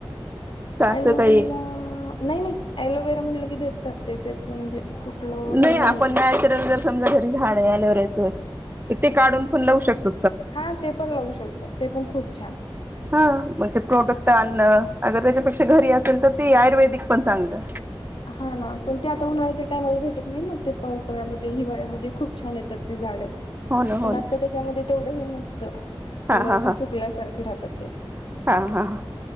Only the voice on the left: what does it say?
अलोवेरा
नाही नाही अलोवेरा म्हणलं की देतात ते त्याच म्हणजे कुठलं हे
नाहीये.
हा ते पण लावू शकतो ते पण खूप छान
हा ना पण ते आता उन्हाळ्याच्या टायमाला भेटत नाही ना ते पावसाळ्यामध्ये हिवाळ्यामध्ये खूप छान येतात ती झाडं.
पण
आता त्याच्यामध्ये तेवढं हे नसतं थोडं
अस
सुकल्यासारखे राहतात ते